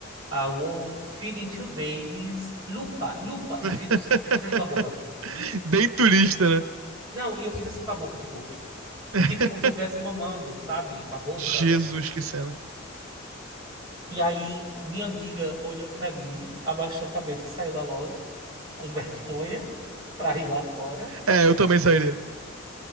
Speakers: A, on the right; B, on the right.
A: a wolf feeding two babies? Lupa, lupa.
B: <laughs>
A: E fiz, os- e fiz assim com a boca.
B: Bem turista, né?
A: Não, e eu fiz assim com a boca, tipo,
B: <laughs>
A: tipo como se eu estivesse mamando, sabe? Com a boca.
B: Jesus, que cena.
A: E aí, minha amiga olhou pra mim, abaixou a cabeça e saiu da loja, com <laughs> vergonha, pra ir lá fora.
B: É, eu também sairia.